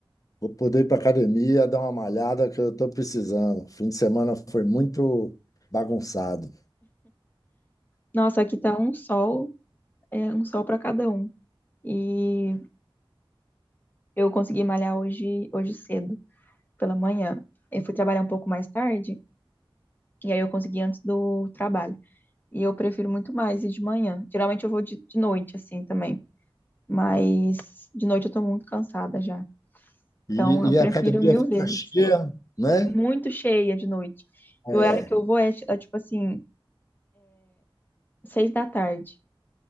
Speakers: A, on the left; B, on the left.
A: Vou poder ir para academia, dar uma malhada que eu estou precisando. Fim de semana foi muito bagunçado.
B: Nossa, aqui tá um sol, é um sol para cada um. E eu consegui malhar hoje, hoje cedo, pela manhã. Eu fui trabalhar um pouco mais tarde, e aí eu consegui antes do trabalho. E eu prefiro muito mais ir de manhã. Geralmente eu vou de, de noite, assim, também. Mas de noite eu tô muito cansada já.
A: E,
B: Então eu
A: e
B: prefiro
A: a academia
B: mil
A: fica
B: vezes.
A: cheia, né?
B: Muito cheia de noite.
A: É,
B: E o horário que eu vou é, é tipo assim, seis da tarde.